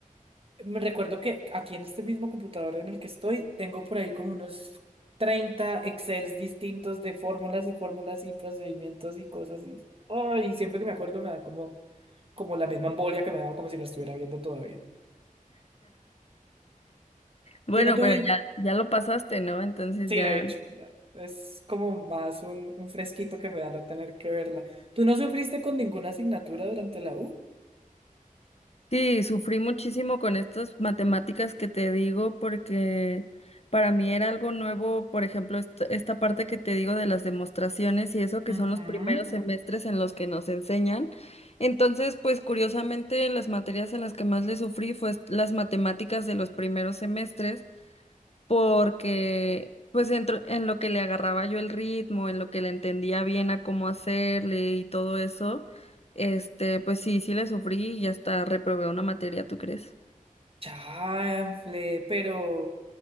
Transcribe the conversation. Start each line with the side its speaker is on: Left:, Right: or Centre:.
Right: Me recuerdo que aquí en este mismo computador en el que estoy, tengo por ahí como unos 30 Excels distintos de fórmulas y fórmulas y procedimientos y cosas y, ay, siempre que me acuerdo me da como, como la misma embolia que me daba como si la estuviera viendo todavía.
Left: Bueno,
Right: ¿Tú no tuviste?
Left: pero ya, ya lo pasaste, ¿no? Entonces
Right: Sí,
Left: ya.
Right: de hecho, ya, es como más un, un fresquito que me da no tener que verla. ¿Tú no sufriste con ninguna asignatura durante la U?
Left: Sí, sufrí muchísimo con estas matemáticas que te digo porque para mí era algo nuevo, por ejemplo, esta, esta parte que te digo de las demostraciones y eso que son
Right: Ujú.
Left: los primeros semestres en los que nos enseñan. Entonces, pues curiosamente, las materias en las que más le sufrí fue las matemáticas de los primeros semestres. porque pues entro- en lo que le agarraba yo el ritmo, en lo que le entendía bien a cómo hacerle y todo eso, este, pues sí, sí le sufrí y hasta reprobé una materia, ¿tú crees?
Right: Chanfle, pero